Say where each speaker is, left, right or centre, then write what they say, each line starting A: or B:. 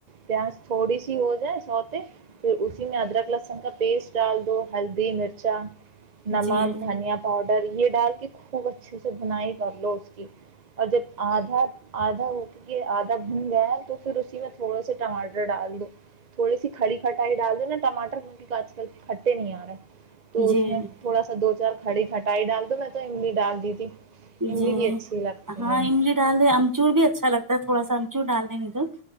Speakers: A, on the right (about 45°); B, on the right (about 20°).
A: پیاز تھوڑی سی ہو جائے سو ت <inaudible> <unintelligible> پھر اسی میں ادرک لہسن کا پیسٹ ڈال دو ہلدی مرچا نمک
B: جی
A: دھنیا پاؤڈر یہ ڈال کے خوب اچھے سے بنائی کر لو اس کی اور جب آدھا آدھ کیکہ آدھا بھن گیا ہے تو پھر اسی میں تھوڑے سے ٹماٹر ڈال دو تھوڑی سی کڑی کھٹائی ڈال دو نا ٹاٹر کیونکہ آج کل کھٹے نہیں آ رہے تو
B: جی جی
A: اس میں تھوڑا سا دو چار کڑی کھٹائی ڈال دو میں تو املی ڈال دی تھی املی
B: جی
A: بھی اچھی لگتی
B: ہاں
A: ہے
B: املی ڈال د امچور بھی اچھا لگتا تھا گا سنچو ڈال دین ا تو